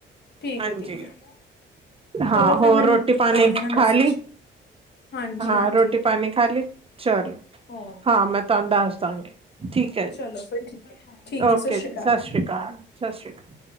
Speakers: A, on the left; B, on the right.
A: ਠੀਕ
B: ਹਾਂਜੀ
A: ਐ, ਠੀਕ ਐ,
B: ਹਾਂ
A: ਚਲੋ
B: ਹੋਰ
A: ਫੇਰ ਮੈਨੂੰ
B: ਰੋਟੀ ਪਾਣੀ
A: ਕਰ ਦੇਣਾ
B: ਖਾ
A: ਮੈਸੇਜ।
B: ਲਈ
A: ਹਾਂਜੀ
B: ਹਾਂ
A: ਹਾਂਜੀ
B: ਰੋਟੀ ਪਾਣੀ ਖਾ ਲੀ, ਚਲੋ
A: ਹੋ
B: ਹਾਂ ਮੈਂ ਤੁਹਾਨੂੰ ਦੱਸ ਦਾਂਗੀ। ਠੀਕ ਐ ਜੀ,
A: ਚਲੋ ਫਿਰ ਠੀਕ ਹੈ ਠੀਕ
B: ਓਕੇ
A: ਹੈ ਸ਼੍ਰੀ
B: ਜੀ
A: ਅਕਾਲ
B: ਸਤਿ ਸ਼੍ਰੀ ਅਕਾਲ, ਸਤਿ ਸ਼੍ਰੀ ਅਕਾਲ।